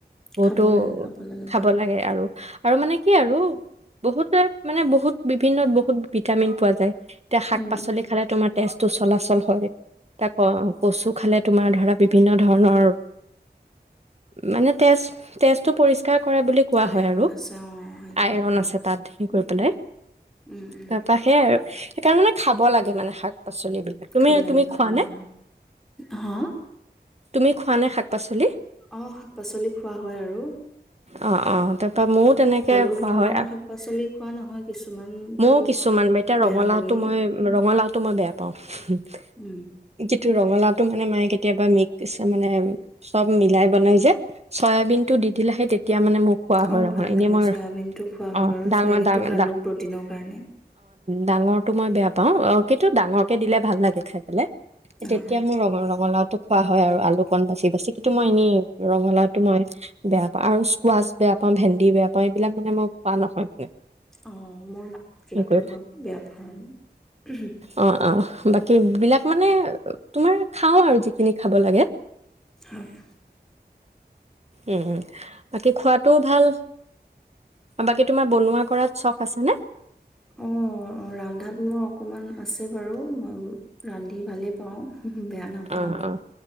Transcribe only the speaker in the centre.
খাব লাগে, লাগে
ভাল।
উম,
উম,
আইৰণ
আছে অ', সেইটোৱে
ভাল।
উম,
উম, উম।
খাব লাগে,
খাব
লাগে
অ'। হা?
অ শাক পাচলি খোৱা হয় আৰু
সকলো
ধৰণৰ
শাক পাচলি খোৱা নহয়, কিছুমানতো
বেয়া
লাগে।
উম,
উম,
অ',
ভাল
লাগে
চয়াবিনটো খোৱা হয়
বাৰু, চয়াবিনটো
ভালো
প্ৰটিনৰ কাৰণে!
অ অ
অ' মোৰ <unintelligible>
অলপ বেয়া পাওঁ আৰু
হয়।
অঁ! ৰান্ধাত মোৰ অকমান আছে বাৰু। মই ৰান্ধি ভালেই পাওঁ। বেয়া নাপাওঁ।